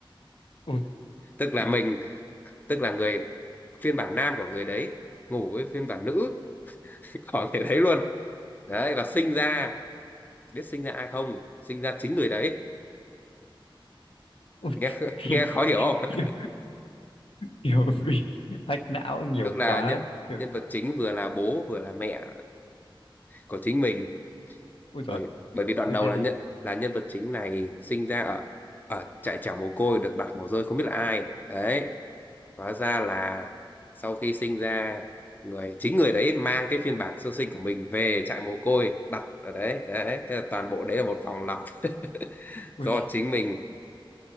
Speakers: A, on the left; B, on the left.
A: Ôi,
B: <laughs> tức
A: phim
B: là mình tức là người phiên bản nam của người đấy ngủ với phiên bản nữ <laughs> của người đấy luôn đấy và sinh ra biết sinh ra ai không sinh ra chính người đấy
A: ôi,
B: nghe <laughs>
A: phim
B: nghe khó
A: <laughs>
B: hiểu
A: kiểu
B: không <laughs>
A: kiểu kiểu bị hack não nhiều
B: tức là
A: quá
B: nhân
A: kiểu
B: nhân vật chính vừa là bố vừa là mẹ của chính mình
A: ui thế
B: bởi bởi vì đoạn đầu
A: thế
B: là
A: thì
B: nhận là nhân vật chính này sinh ra ở ở trại chảo mồ côi được đặt mồ rơi không biết là ai đấy hóa ra là sau khi sinh ra người chính người đấy mang cái phiên bản sơ sinh của mình về trại mồ côi đặt ở đấy đấy thế là toàn bộ đấy là một phòng lọc <laughs>
A: ui,
B: do chính mình